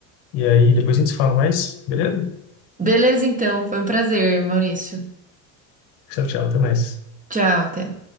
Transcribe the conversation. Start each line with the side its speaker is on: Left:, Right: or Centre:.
Left: e aí depois a gente se fala mais, beleza?
Right: Beleza, então. Foi um prazer, Maurício.
Left: Tchau, tchau, até mais.
Right: Tchau, até.